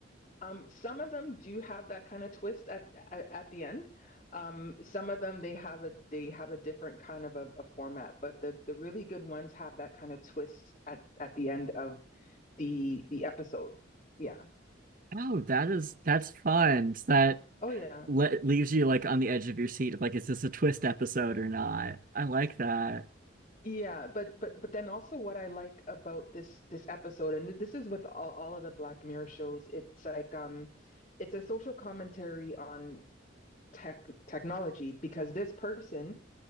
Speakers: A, on the left; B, on the right.
A: Um, some of them do have that kind of twist at at, at the end. Um, some of them they have a they have a different kind of a, a format, but the the really good ones have that kind of twist at at the end of the the episode. Yeah.
B: Oh, that is that's fun. So That
A: Oh yeah.
B: le leaves you like on the edge of your seat of like, is this a twist episode or not? I like that.
A: Yeah, but but but then also what I like about this this episode, and this is with all, all of the Black Mirror shows, it's like um it's a social commentary on tech technology because this person